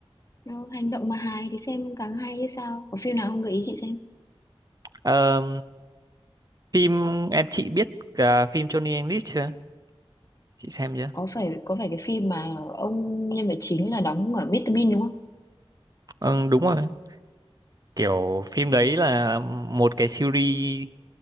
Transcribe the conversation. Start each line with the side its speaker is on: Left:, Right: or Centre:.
Left: Nó hành động mà hài thì xem càng hay hay sao? Có phim nào không gợi ý chị xem?
Right: Ờ, phim em chị biết cả phim Johnny English chưa? Chị xem chưa?
Left: Có phải có phải cái phim mà ông nhân vật chính là đóng ở Mr. Bean đúng không?
Right: Ừ, đúng rồi. Kiểu phim đấy là một cái series